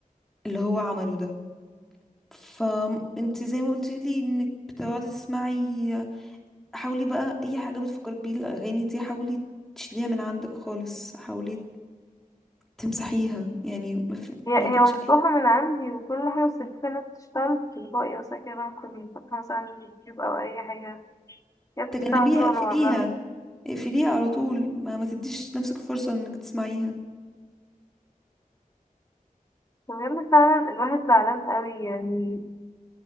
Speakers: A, in the centre; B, on the left.
A: اللي هو عمله ده فانت زي ما قلتي لي انك بتقعدي تسمعي حاولي بقى اي حاجه بتفكرك بيه الاغاني دي حاولي تشيليها من عندك خالص حاولي تمسحيها يعني ما, في...
B: هي
A: ما
B: هي
A: يكونش
B: ممسوحة
A: أي-
B: من عندي وكل حاجة بس الفكرة انها بتشتغل تلقائي مثلا كده لما كنت فاتحة مثلا يوتيوب او اي حاجة هي بتشتغل
A: تجنبيها
B: طول
A: اقفليها
B: ورا بعضها
A: اقفليها على طول ما ما تديش نفسك فرصه انك تسمعيها
B: وبجد فعلا الواحد زعلان قوي يعني